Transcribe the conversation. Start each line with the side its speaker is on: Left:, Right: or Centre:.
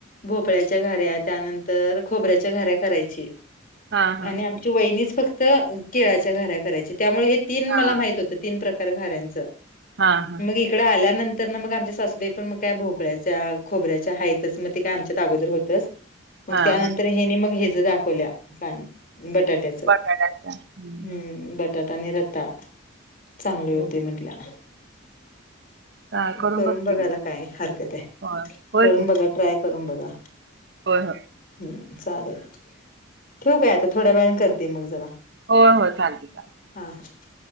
Left: भोपळ्याच्या घाऱ्या, त्यानंतर खोबऱ्याच्या घऱ्या करायची.
Right: हा
Left: आणि त्या वहिनीच फक्त. केळाच्या घाऱ्या करायची. त्यामुळे हे तीन
Right: हा
Left: मला
Right: हा
Left: माहित होतं. तीन प्रकार घाऱ्यांचं.
Right: हा हा.
Left: मग इकडं आल्यानंतर ना. मग आमच्या सासूबाई पण मग काय भोकळ्याच्या खोबऱ्याच्या हाहेतच. मग ते काय आमच्या अगोदर होत, मग
Right: हा
Left: त्यानंतर,
Right: हा
Left: हेनी मग हे च दाखवल्या. बटा त्याच.
Right: बटाट्याच्या हम्म,
Left: हम्म. बटाटा आणि रताळ चांगले
Right: हो
Left: होते म्हटलं.
Right: हा,
Left: करून
Right: बघते
Left: बघायला
Right: मी
Left: काय हरकते.
Right: होय होय
Left: करून
Right: की
Left: बघा. ट्राय करून बघा.
Right: होय.
Left: हम्म चालेल. ठेवू काय आता. थोड्या वेळने करते. मग जरा.
Right: होय होय चालते चालते.
Left: ह, ह.